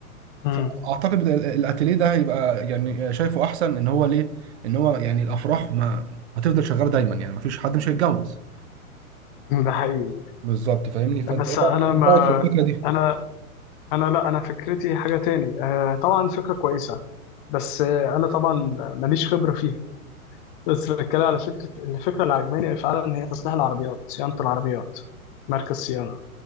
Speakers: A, on the left; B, on the right.
A: امم
B: فاعتقد إن ال- الاتيليه ده هيبقى يعني شايفه احسن ان هو ليه ان هو يعني الافراح ما هتفضل شغاله دايما يعني ما فيش حد مش هيتجوز
A: ده حقيقي
B: بالظبط فاهمني فانت
A: بس
B: ايه
A: أنا
B: رايك
A: ما
B: إيه رأيك في الفكره دي
A: أنا انا لا انا فكرتي حاجه تاني آه طبعا فكره كويسه بس آه انا طبعا ماليش خبره فيها بس بتكلم على فكره الفكره اللي عجباني فعلا هي تصليح العربيات صيانه العربيات مركز صيانه